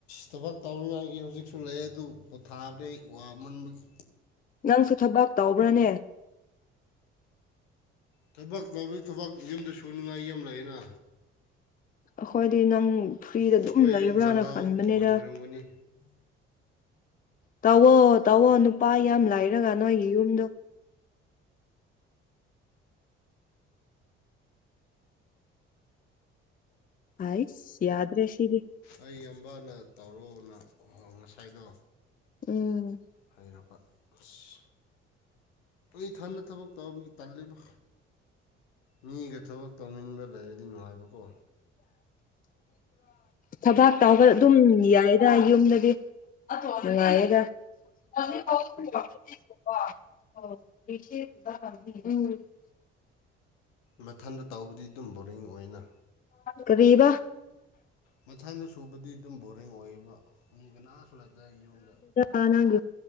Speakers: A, on the left; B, on the left.
A: ꯊꯕꯛ ꯇꯧꯅꯤꯡꯉꯥꯏꯒꯤ ꯍꯧꯖꯤꯛꯁꯨ ꯂꯩ ꯑꯗꯨ ꯄꯣꯊꯥꯕꯗ ꯑꯩ ꯋꯥꯃꯟꯕꯒꯤ
B: ꯅꯪꯁꯨ ꯊꯕꯛ ꯇꯧꯕ꯭ꯔꯅꯦ
A: ꯊꯕꯛ ꯇꯧꯕꯗ ꯊꯕꯛ ꯌꯨꯝꯗ ꯁꯨꯅꯤꯡꯉꯥꯏ ꯌꯥꯝ ꯂꯩꯌꯦꯅ
B: ꯑꯩꯈꯣꯏꯗꯤ ꯅꯪ ꯐ꯭ꯔꯤꯗ
A: ꯑꯩꯈꯣꯏ
B: ꯑꯗꯨꯝ ꯂꯩꯕ꯭ꯔꯥꯅ
A: ꯌꯨꯝ ꯖꯪꯒꯥꯜ
B: ꯈꯟꯕꯅꯦꯗ
A: ꯋꯥꯟꯈ꯭ꯔꯝꯒꯅꯤ
B: ꯇꯧꯋꯣ ꯇꯧꯋꯣ ꯅꯨꯄꯥ ꯌꯥꯝ ꯂꯩꯔꯒ ꯅꯣꯏꯒꯤ ꯌꯨꯝꯗꯣ ꯑꯁ ꯌꯥꯗ꯭ꯔꯦꯁꯤꯗꯤ
A: ꯑꯩ ꯏꯌꯥꯝꯕꯥꯅ ꯇꯧꯔꯛꯑꯣꯅ ꯉꯁꯥꯏꯗꯣ
B: ꯎꯝ
A: ꯍꯥꯏꯔꯕ ꯑꯁ ꯑꯩ ꯏꯊꯟꯗ ꯊꯕꯛ ꯇꯧꯕꯒꯤ ꯇꯜꯂꯤꯕ ꯃꯤꯒ ꯊꯕꯛ ꯇꯧꯃꯤꯟꯕ ꯂꯩꯔꯗꯤ ꯅꯨꯡꯉꯥꯏꯕꯀꯣ
B: ꯊꯕꯛ ꯇꯧꯕ ꯑꯗꯨꯝ ꯌꯥꯏꯗ ꯌꯨꯝꯗꯗꯤ ꯅꯨꯡꯉꯥꯏꯌꯦꯗ <unintelligible>
A: ꯃꯊꯟꯗ ꯇꯥꯎꯕꯗꯤ ꯑꯗꯨꯝ ꯕꯣꯔꯤꯡ ꯑꯣꯏꯅ
B: ꯀꯔꯤꯕꯥ
A: ꯃꯊꯟꯗ ꯁꯨꯕꯗꯤ ꯑꯗꯨꯝ ꯕꯣꯔꯤꯡ ꯑꯣꯏꯌꯦꯕ ꯃꯤ ꯀꯅꯥꯁꯨ ꯂꯩꯥꯛꯇꯦ ꯌꯨꯝꯗ
B: ꯑ ꯅꯪ